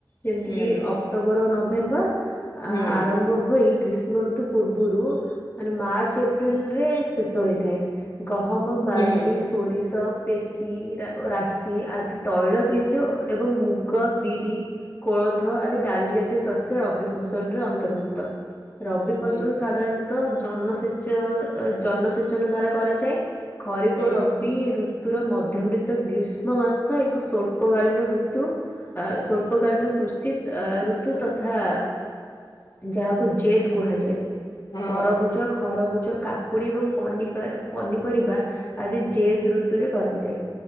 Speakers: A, on the left (about 30°); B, on the left (about 60°).
A: ଯେମିତି
B: ହୁଁ
A: କିି ଅକ୍ଟୋବର ଓ ନଭେମ୍ବର।
B: ହୁଁ
A: ଆ ଆରମ୍ଭ ହୋଇ ଗ୍ରୀଷ୍ମ ଋତୁ ପୂର୍ବରୁ ମାନେ ମାର୍ଚ୍ଚ ଏପ୍ରିଲ ରେ ଶେଷ ହୋଇଥାଏ। ଗହମ ବାର୍ଲି
B: ହୁଁ
A: ସୋରିଷ ପେଶି ରା ରାଶି ଆଦି ତୈଳ ବୀଜ ଓ ଏବଂ ମୁଗ ବିରି କୋଳଥ ଆଦି ଡାଲି ଜାତୀୟ ଶସ୍ୟ ରବି ଫସଲରେ ଅନ୍ତର୍ଭୁକ୍ତ। ରବି ଫସଲ
B: ହୁଁ
A: ସାଧାରଣତଃ ଜନସେଚ ଜନସେଚନ ଦ୍ଵାରା କରାଯାଏ। ଖରିଫ
B: ହୁଁ
A: ଓ ରବି ଋତୁର ମଧ୍ୟମ ତ ଗ୍ରୀଷ୍ମ ମାସ ଏ ଏକ ସ୍ୱଳ୍ପ କାଳିନ ଋତୁ। ଅ ସ୍ଵଳ୍ପକାଳିନ କୃଷି ଆ ଋତୁ ତଥା ଯାହାକୁ ଜେଦ୍ କୁହାଯାଏ
B: ହଁ
A: ତରଭୁଜ ଖରଭୁଜ କାକୁଡ଼ି ଏବଂ ପ ପନିପରିବା ଆଦି ଜେଦ୍ ଋତୁରେ କରାଯାଏ।